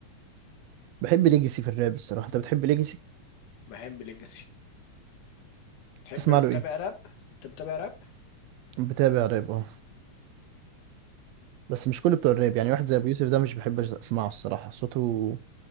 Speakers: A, on the right (about 80°); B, on the left (about 85°).
A: بحب ليجاسي في الراب الصراحة أنت بتحب ليجاسي؟
B: بحب ليجاسي تحب
A: تسمع له
B: بتابع
A: ايه
B: راب؟ أنت بتابع راب؟
A: بتابع راب اه بس مش كل بتوع الراب يعني واحد زي ابو يوسف ده مش بحب اسمعه الصراحه صوته